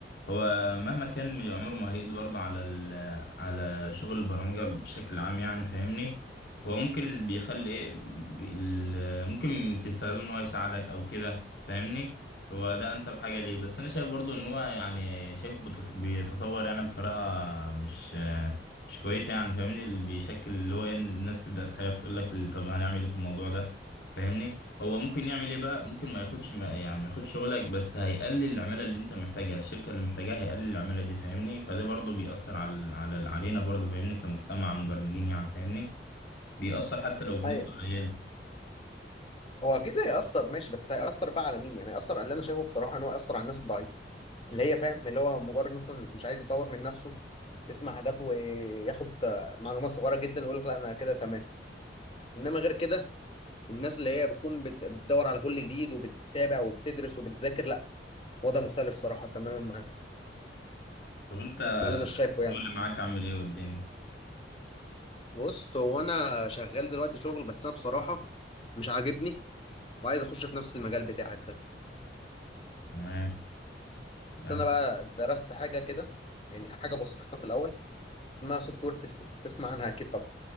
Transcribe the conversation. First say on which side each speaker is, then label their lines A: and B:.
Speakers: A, on the left; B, on the left.
A: هو مهما كان من عمره ما هيقضي برضه على ال على شغل البرمجة بشكل عام يعني فاهمني هو ممكن اللي بيخلي ايه بي- ال- ممكن تستخدمه ان هو يساعدك او كده فاهمني هو ده انسب حاجة ليه بس انا شايف برضه ان هو يعني شايف بتط- بيتطور يعني بطريقة مش مش كويسة يعني فاهمني اللي بيشكل اللي هو إن الناس تبدأ تخاف تقول لك طب هنعمل ايه في الموضوع ده فاهمني هو ممكن يعمل ايه بقى ممكن ما ياخدش ما يعني ما ياخدش شغلك بس هيقلل العمالة اللي انت محتاجها الشركة اللي محتاجاها هيقلل العمالة دي فاهمني فده برضو بيأثر على على علينا برضو فاهمني كمجتمع مبرمجين يعني فاهمني بيأثر حتى لو بنسبة
B: ايوه
A: قليلة
B: هو اكيد هيأثر ماشي بس هيأثر بقى على مين يعني هيأثر على اللي انا شايفه بصراحه ان هو هيأثر على الناس الضعيفه اللي هي فاهم اللي هو مجرد مثلا مش عايز يطور من نفسه يسمع حاجات وياخد آه، معلومات صغيره جدا ويقول لك لا انا كده تمام انما غير كده الناس اللي هي بتكون بت- بتدور على كل جديد وبتتابع وبتدرس وبتذاكر لا وضع مختلف صراحه تماما معاك
A: طب انت
B: ده اللي انا شايفه
A: الشغل
B: يعني
A: اللي معاك عامل ايه والدنيا
B: بص هو انا شغال دلوقتي شغل بس انا بصراحه مش عاجبني وعايز اخش في نفس المجال بتاعك ده
A: تمام يعني
B: بس انا بقى درست حاجه كده يعني حاجه بسيطه في الاول اسمها سوفت وير تيستنج تسمع عنها اكيد طبعا